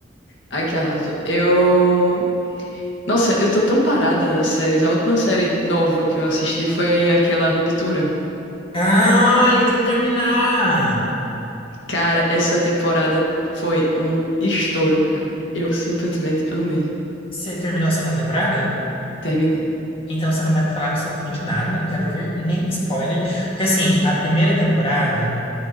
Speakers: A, on the left; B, on the left.
A: ai, que arraso. Eu... Nossa, eu tô tão parada nas séries. A última série nova que eu assisti foi aquela Ruptura.
B: Ah, eu tenho que terminar!
A: Cara, essa temporada foi um estouro, cara. Eu simplesmente amei.
B: Você terminou a segunda temporada?
A: Terminei.
B: Então você não vai me falar absolutamente nada, eu não quero ouvir nem spoiler. Porque, assim, a primeira temporada